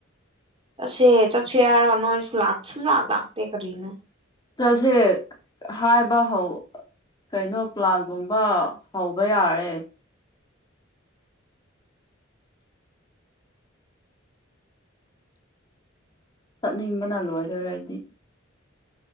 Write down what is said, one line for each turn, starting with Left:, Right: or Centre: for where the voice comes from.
Right: ꯑꯁꯦ ꯆꯠꯁꯦ ꯆꯠꯁꯦ ꯍꯥꯢꯔꯒ ꯅꯣꯢꯁꯨ ꯂꯛꯇꯦ ꯁꯨꯡꯂꯥꯛ ꯂꯥꯛꯇ ꯀꯔꯤꯅꯣ
Left: ꯆꯁꯦ ꯍꯥꯏꯕ ꯍꯧ ꯀꯩꯅꯣ ꯄ꯭ꯂꯥꯟꯒꯨꯝꯕ ꯍꯧꯕ ꯌꯥꯔꯦ ꯆꯠꯅꯤꯡꯕꯅ ꯂꯣꯏꯔꯦ ꯑꯩꯗꯤ